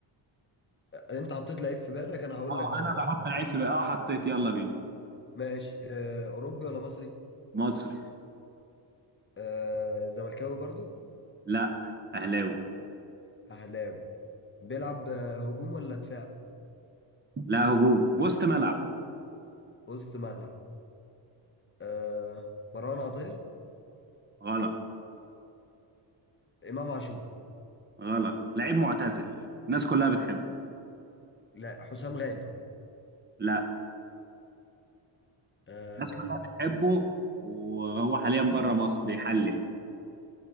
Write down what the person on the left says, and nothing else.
أنت حطيت لعيب في بالك أنا هقول
لك بقى
دلوقتي
ماشي آه، أوروبي ولا مصري؟
آه، زملكاوي برضو
أهلاوي بيلعب آه، هجوم ولا دفاع؟
وسط ملعب آه، مروان عطية
إمام عاشور
لا حسام غالي
آه،